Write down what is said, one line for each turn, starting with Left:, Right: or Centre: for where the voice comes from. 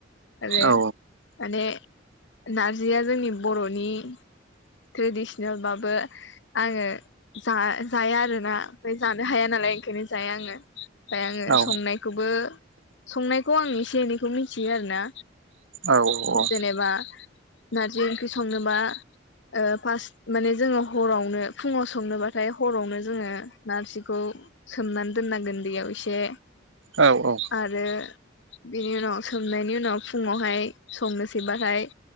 Left: आ
Right: औ
Left: माने नारजिया जोंनि बर'नि ट्रेडिसनेलबाबो आङो जा जाया आरोना ओमफ्राय जानो हाया नालाय ओंखायनो जाया आङो ओमफ्राय आङो
Right: औ
Left: संनायखौबो संनायखौ आं एसे एनैखौ मिथियो आरोना
Right: औ
Left: जेनेबा नारजि ओंख्रि संबा फार्स्ट माने जोङो हरावनो फुङाव संनोबाथाय हरावनो जोङो नारजिखौ सोमनानै दोननांगोन दैयाव इसे
Right: औ औ
Left: आरो बेनि उनाव सोमनायनि उनाव फुङावहाय संनोसैबाहाय